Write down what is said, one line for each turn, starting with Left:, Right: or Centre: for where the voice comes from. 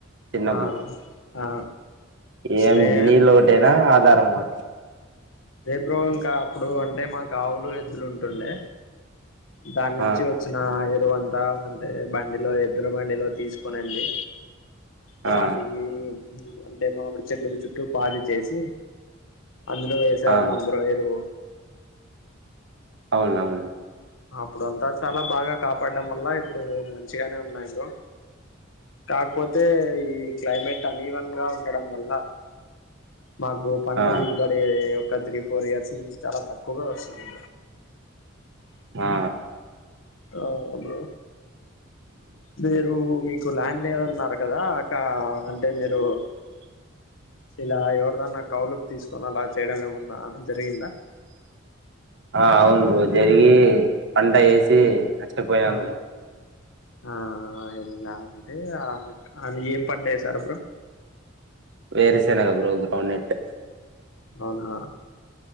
Right: చిన్నప్పుడు
Left: ఆ ఆ
Right: ఏం
Left: నే
Right: నీలోకటేనా ఆధారం ఒకటి
Left: ఎ బ్రో ఇంకా అప్పుడు అంటే మాకు ఆవులు ఎద్దులు ఉంటుండే దాని నుంచి
Right: ఆ
Left: వచ్చిన ఎరువు తొల్తావుంటే బండిలో ఎద్దుల బండి బండి లో తీసుకొని వెళ్ళి వాటికి
Right: ఆ
Left: ఊ అంటే మామిడి చెట్లకు చుట్టూ పాది చేసి అందులో వేసే వాళ్లం
Right: ఆ
Left: బ్రో ఎరువు
Right: అవునవును
Left: ఇప్పుడు అంతా చాలా బాగా కాపాడడం వల్ల ఇప్పుడు మంచిగానే ఉన్నాయి బ్రొ కాకపోతే ఈ క్లైమేట్ అన్ ఈవెన్ గా ఉండడం వల్ల మాకు పంట
Right: ఆ
Left: దిగుబడి ఒక త్రి ఫోర్ ఇయర్స్ నుంచి చాలా తక్కువగా వస్తుంది
Right: ఆ
Left: ఆ అలో మీరు మీకు ల్యాండ్ లేదు అన్నారు కదా అక్క అంటే మీరు ఇలా ఎవరిదన్న కౌలుకు తీసుకుని అలా చేయడం ఏమన్నా జరిగిందా.
Right: ఆ అవును ఓ జరిగీ పంట ఏసీ నష్ టపోయం
Left: ఆ
Right: కూడా
Left: ఆ ఇలా అంటే అ అది ఏం పంట వేశారు బ్రో.
Right: వేరుశెనగా బ్రో గ్రౌండ్ నెట్.
Left: అవునా